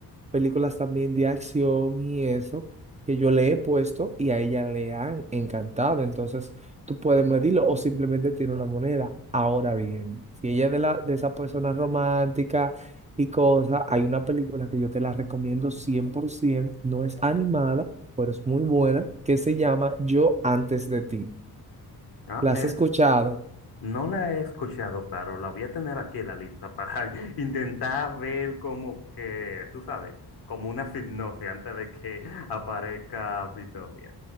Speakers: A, on the right; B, on the left.
A: películas también de acción y eso que yo le he puesto y a ella le han encantado. Entonces, tú puedes medirlo o simplemente tiene una moneda. Ahora bien, si ella es de la de esa persona romántica y cosas, hay una película que yo te la recomiendo 100%, no es animada, pero es muy buena, que se llama Yo antes de ti.
B: ah,
A: ¿La has
B: es.
A: escuchado?
B: No la he escuchado, pero la voy a tener aquí en la lista para <laughs> intentar ver como que, tú sabes, como una hipnosis antes de que <laughs> aparezca mi novia.